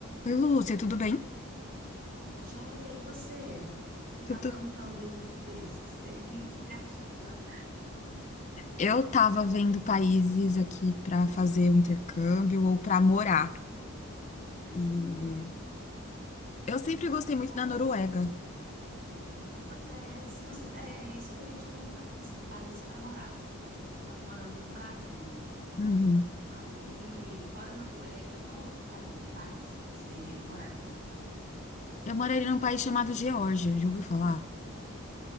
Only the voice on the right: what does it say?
Tá Joia, e você? O que que você está
aprontando aí dessa vez? Que você é muito criativa.
Hum,
boas.
Pois é, se você é isso que eu ia te perguntar, se fosse países para morar. assim. Hoje nós moramos no Brasil.
Aí, fora a Noruega, qual outro pari- país que você moraria?